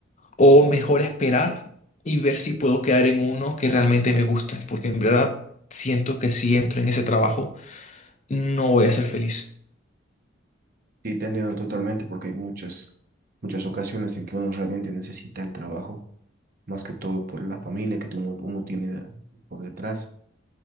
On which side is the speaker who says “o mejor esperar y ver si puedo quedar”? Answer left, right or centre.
Left